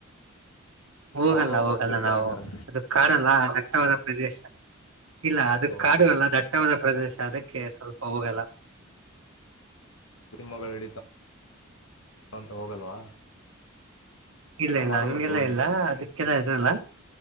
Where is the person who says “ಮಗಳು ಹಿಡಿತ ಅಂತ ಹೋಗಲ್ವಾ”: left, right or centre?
Left